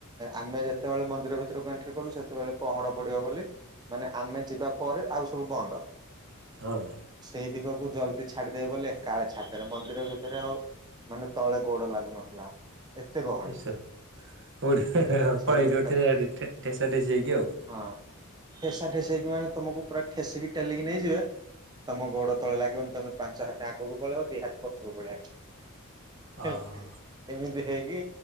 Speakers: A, on the right; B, on the right.
A: ଆମେ ଯେତେବେଳେ ମନ୍ଦିର ଭିତରକୁ ଏଣ୍ଟ୍ରି କଲୁ ସେତେବେଳେ ପଡିବ ବୋଲି ମାନେ ଆମେ ଯିବା ପରେ ଆଉ ସବୁ ବନ୍ଦ।
B: ହଁ।
A: ସେଇ ଦିଗକୁ ଜଲ୍ଦି ଛାଡିଦେବେ ବୋଲି କାଳେ ଛାଡିଦେଲେ ମନ୍ଦିର ଭିତରେ ଆଉ ମାନେ ତଳେ ଗୋଡ ଲାଗୁନଥିଲା। ଏତେ ଗହଳି
B: ଏସ ହଉଠି
A: ସେଇ
B: ପଳେଇଦେସା
A: ଭିତରେ
B: ଠେ ହେଇକି ଆଉ
A: ହଁ ଠେସା ଠେସେଇ ହେକି ମାନେ ତମକୁ ପୁରା ଠେସିକି ଟେଲିକି ନେଇ ତମ ଗୋଡ ତଳେ ଲାଗିବନି ତମେ ପାଞ୍ଚ ହାତଟ ଆଗକୁ ପଳେଇବ ଦି ହାତ ପଛକୁ ପଳେଇବ। ହେଲା
B: ଓହୋ
A: ଏମିତି ହେଇକି